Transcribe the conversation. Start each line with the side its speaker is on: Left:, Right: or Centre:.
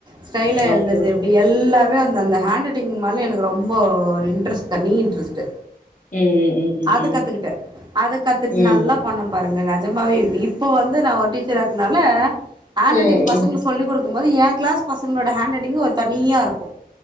Right: ஸ்டைல்ல
Left: ஓகே
Right: எழுதுறது
Left: ஓகே
Right: எப்டி எல்லாமே அந்த அந்த ஹேண்ட் ரைட்டிங் மேலே எனக்கு ரொம்ப ஒரு இன்ட்ரஸ்ட் தனி இன்ட்ரஸ்ட்டு
Left: ம் ம் ம்
Right: அது
Left: ம்
Right: கத்துக்கிட்டே அத கத்துட்டு
Left: ம்
Right: நல்லா பண்ண பாரு அங்க நெஜமாவே இப்போ வந்து நா ஒரு டீச்சரா நால ஹாண்ரைட்டிங்
Left: ம்
Right: பசங்களுக்கு
Left: ம் ம்
Right: சொல்லி குடுக்க இருக்கும்போது எ கிளாஸ் பசங்களோட ஹேண்ட்ரைட்டிங்கு ஒரு தனியாக இருக்கு